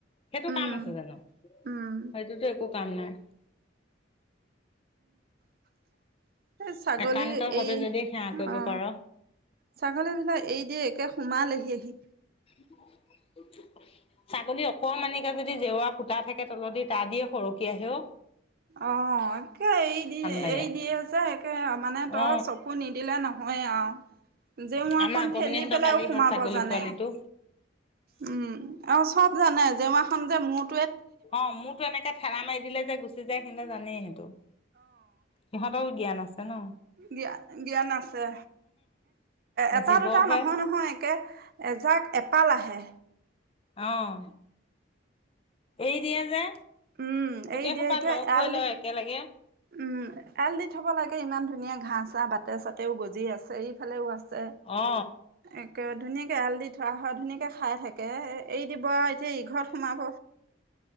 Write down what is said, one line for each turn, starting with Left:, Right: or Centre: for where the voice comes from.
Left: সেইটো
Right: উম
Left: কাম আছে জানো
Right: উম
Left: সেইটোতো একো কাম নাই
Right: <inaudible> এই ছাগলী
Left: একান্ত ভাৱে
Right: এ
Left: যদি সেৱা কৰিব
Right: অ
Left: পাৰ
Right: ছাগলী বিলাক এৰি দিয়ে একে সোমালেহি আহি
Left: <unintelligible> ছাগলী অকণমানিকে যদি জেওৰা ফুতা থাকে তলত দি তা দিও সৰকি আহে অ
Right: অ তে এৰি দি
Left: লাগে
Right: এৰি দিয়ে যে একে মানে তই
Left: অ
Right: চকু নিদিলে ন অয় আও যে মোৰ
Left: আমাৰ
Right: এখন
Left: অকমানিহঁতৰ
Right: ঠেলি পেলাই
Left: কালি
Right: সোমাব
Left: সেই ছাগলী
Right: জানে
Left: পোৱালিটো
Right: উম আৰু চব জানে দেৱাখন যে মুঠ
Left: অ মোৰতো এনেকে ঠেলা মাৰি দিলে যে গুচি যায় সেতে জানেই সেইটো সিহঁতৰও জ্ঞান আছে কে ন
Right: জ্ঞা জ্ঞান আছে
Left: জীৱহে
Right: এটা দুটা নহয় নহয় একে এজাক এপাল আহে
Left: অহ এৰি দিয়ে যে
Right: উম এৰি
Left: গোটেই
Right: দিয়ে
Left: সোপাত
Right: এতিয়া
Left: লগ
Right: এৰাল
Left: হৈ ল
Right: দি
Left: একেলগে
Right: উম এআল দি থব লাগে ইমান ধুনীয়া ঘাঁহ চা বাটে চাতেও গজি আছে এইফালেও আছে
Left: অ
Right: একে ধুনীয়াকে এআল দি থোৱা হয় ধুনীয়াকে খাই থাকে এৰি দিব আও এতিয়া ইঘৰত সোমাব